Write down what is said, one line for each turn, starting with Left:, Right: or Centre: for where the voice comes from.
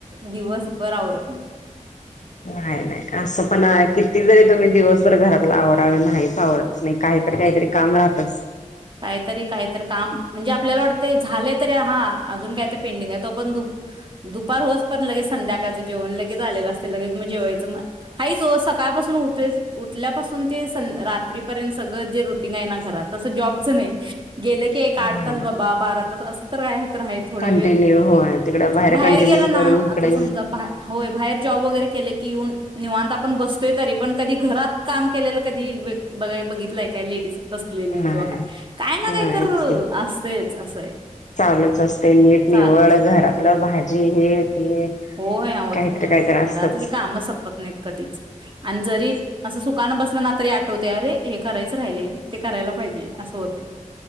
Right: दिवसभर आवरत. हम्.
Left: नाही नाही असं पण किती जरी तुम्ही दिवसभर घरातला आवराल नाहीच आवरा. नाही काहीतरी काहीतरी काम राहतच.
Right: काहीतरी काहीतरी काम म्हणजे आपल्याला वाटते झाले तरी हा अजून काय तर पेंडिंग आहे तो पण दु दुपार होच पण लगेच संध्याकाळचं जेवण लगेच आलेलं असते लगेच मग जेवायच. <unintelligible> कायपासून उ उल्यापासून ते रात्रीपर्यंत सगळं जे रुटीन आहे ना घरात तसं जॉब. च नाही. गेले की एक आठ
Left: नाही
Right: तास
Left: ना
Right: बाबा बारा. असं तर काय. तर आहे थोड
Left: कंटिन्यू
Right: वेळ
Left: होय तिकड
Right: बाहेर
Left: कंटिन्यू
Right: गेला ना
Left: करून इकडे
Right: आता समजा बाहेर जर. केले क येऊन निवांता. पण बसतोय तरी पण कधी घरात काम केलेलं. कधी बघा बघितलंय काय लेडीज. बसलेली
Left: नाही
Right: किंवा काय. काय ना काही
Left: नाहीच
Right: तर असतेच असय
Left: चालूच असते नीट निवड
Right: चाल
Left: घरातलं भाजी हे ते
Right: होय
Left: काहीतरी काहीतरी असतच
Right: घरातली काम संपत नाहीत कधीच आणि जरी अस सुकान बस. मला तरी आठवते अरे हे करायच राहिले ते करायला पाहिजे. असं होते.